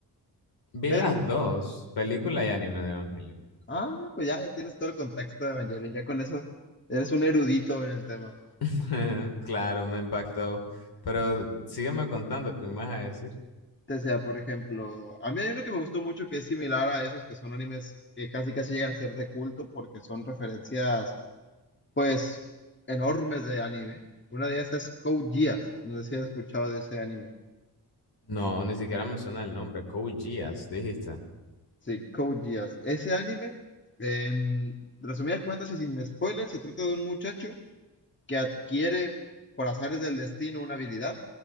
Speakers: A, on the left (about 65°); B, on the left (about 25°).
A: Vi las
B: Pero,
A: dos, película y anime de Evangelion.
B: ah, pues ya, ya tienes todo el contexto de Evangelion, ya con eso eres un erudito en el tema.
A: <laughs> Claro, me impactó. Pero sígueme contando, ¿qué me vas a decir?
B: O sea, por ejemplo, a mí hay uno que me gustó mucho que es similar a esos que son animes que casi casi llegan a ser de culto porque son referencias, pues, enormes de anime. Una de ellas es Code Geass. No sé si has escuchado de ese anime.
A: No, ni siquiera menciona el nombre. Code Geass, dijiste.
B: Sí, Code Geass. Ese anime, en resumidas cuentas y sin spoilers, se trata de un muchacho que adquiere por azares del destino una habilidad